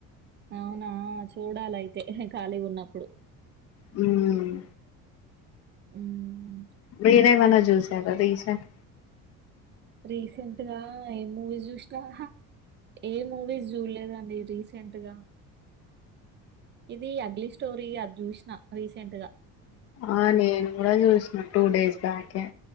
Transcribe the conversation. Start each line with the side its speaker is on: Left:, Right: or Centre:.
Right: అవునా చూడాలైతే హే ఖాళీగా ఉన్నప్పుడు
Left: హ్మ్
Right: ఉమ్మ్
Left: మీరేమన్నా జూసారా రీసెంట్‌
Right: రీసెంట్‌గా ఏం మూవీస్ జూష్నా హా ఏ మూవీస్ జూడలేదండి రీసెంట్‌గా. ఇది అగలీ స్టోరీ అద జూష్నా రీసెంట్ గా
Left: ఆ నేను కూడా జూష్నా టూ డేస్ బ్యాక్ ఏ